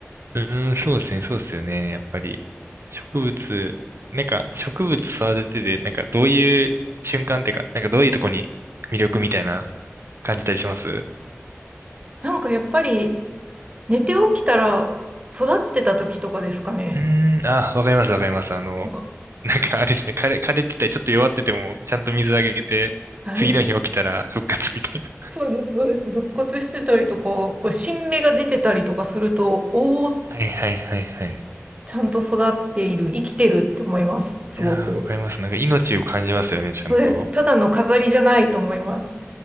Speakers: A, on the right; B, on the right.
A: うーん、そうですね、そうですよね。やっぱり、植物、なんか、植物育ててて、なんか、どういう瞬間っていうか、なんか、どういうとこに魅力みたいな感じたりしますう
B: なんかやっぱり寝て起きたら育ってた時とかですかね。
A: ーん、あ、わかります、わかります。あの、
B: なんか
A: なんか、あれですね、枯れ、枯れてたり、ちょっと弱ってても、ちゃんと水あげて、
B: はい。
A: 次の日起きたら復活みたいな。
B: そうです、そうです。復活してたりとか、こう新芽が出てたりとかすると、おー、
A: はいはいはいはい。
B: ちゃんと育っている、生きてるって思います。すごく。
A: いやー、わかります。なんか、命を感じますよね、ちゃんと。
B: そうです。ただの飾りじゃないと思います。